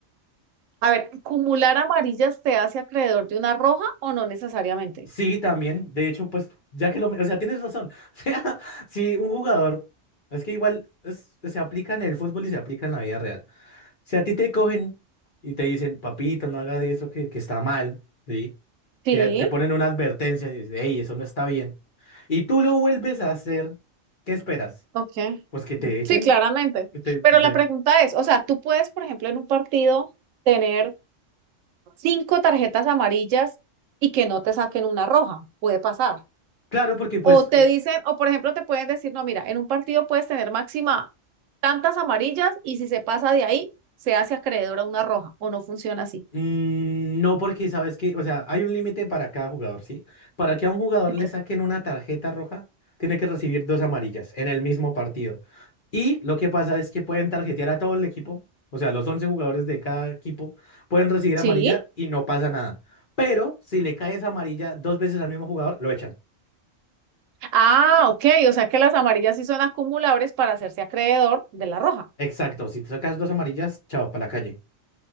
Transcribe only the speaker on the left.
Sí, también. De hecho, pues, ya que lo... men- O sea, tienes razón. <laughs> O sea, si un jugador... Es que igual es- se aplica en el fútbol y se aplica en la vida real. Si a ti te cogen y te dicen, papito, no hagas eso que, que está mal, ¿sí?
Te, te ponen una advertencia y dices, hey, eso no está bien. Y tú lo vuelves a hacer, ¿qué esperas?
Pues que te echen.
que te- te-
te-
Claro, porque pues,
Mm, No, porque sabes que, o sea, hay un límite para cada jugador, ¿sí? Para que a un jugador
le saquen una tarjeta roja, tiene que recibir dos amarillas en el mismo partido. Y lo que pasa es que pueden tarjetear a todo el equipo, o sea, los 11 jugadores de cada equipo pueden recibir
amarilla y no pasa nada. Pero si le caes amarilla dos veces al mismo jugador, lo echan.
Exacto, si te sacas dos amarillas, chao, para la calle.